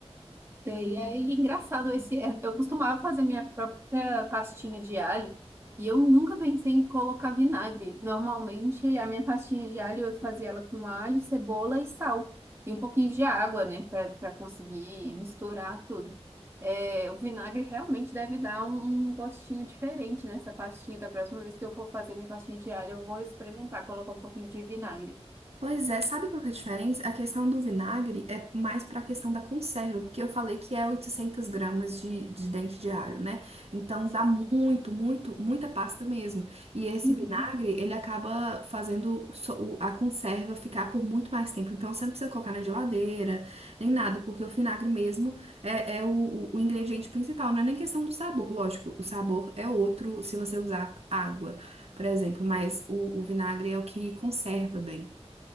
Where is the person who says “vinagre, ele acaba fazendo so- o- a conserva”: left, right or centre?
Right